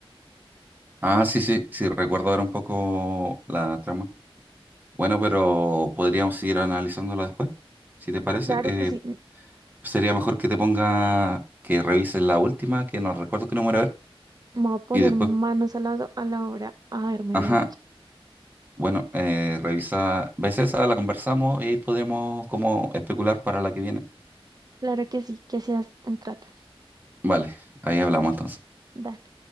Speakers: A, on the right; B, on the right.
A: Ah, sí, sí, sí, recuerdo ahora un poco la trama. Bueno, pero podríamos seguir analizándola después, si te parece.
B: Claro
A: Eh,
B: que sí, m-
A: sería mejor que te ponga, que revises la última, que no recuerdo qué número era,
B: me voy a poner
A: y después,
B: manos a la, a la obra a verme
A: ajá,
B: la
A: bueno, eh, revisa, ves esa, la conversamos y podemos como especular para la que viene.
B: Claro que sí, que seas un trato.
A: Vale, ahí hablamos
B: Dale,
A: entonces.
B: dale.